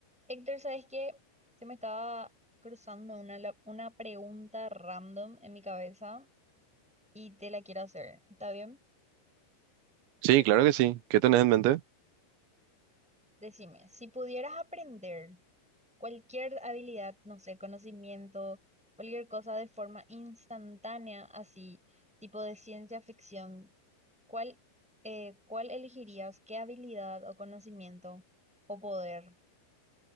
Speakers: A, in the centre; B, on the right.
A: Héctor, ¿sabes qué? Se me estaba cruzando una, la- una pregunta random en mi cabeza y te la quiero hacer. ¿Está bien?
B: Sí, claro que sí. ¿Qué tenés en mente?
A: Decime, si pudieras aprender cualquier habilidad, no sé, conocimiento, cualquier cosa de forma instantánea, así, tipo de ciencia ficción, ¿cuál, eh, cuál elegirías? ¿Qué habilidad o conocimiento o poder?